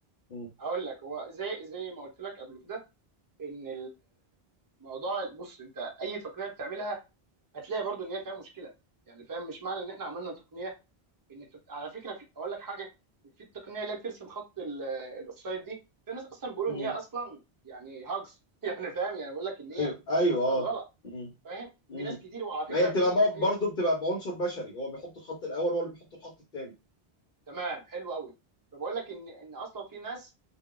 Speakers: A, on the left; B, on the right.
A: مم.
B: هقول لك هو زي زي ما قلت لك قبل كده ان الموضوع بص انت اي تقنيه بتعملها هتلاقي برضو ان هي فيها مشكله يعني فاهم مش معنى ان احنا عملنا تقنيه ان التق- على فكره في اقول لك حاجه في التقنيه اللي هي بترسم خط ال- الاوفسايد دي في ناس اصلا بيقولوا
A: مم.
B: ان هي اصلا يعني هاجز <laughs> يعني فاهم يعني بيقول لك ان هي
A: ايوه ايوه
B: اصلا
A: اه
B: غلط
A: امم
B: فاهم
A: امم
B: في ناس كتير وعلى فكره
A: ما هي بتبقى
B: في
A: بق-
B: في
A: برضه بتبقى بعنصر بشري هو بيحط الخط الاول هو اللي بيحط الخط الثاني
B: تمام حلو قوي فبقول لك ان ان اصلا في ناس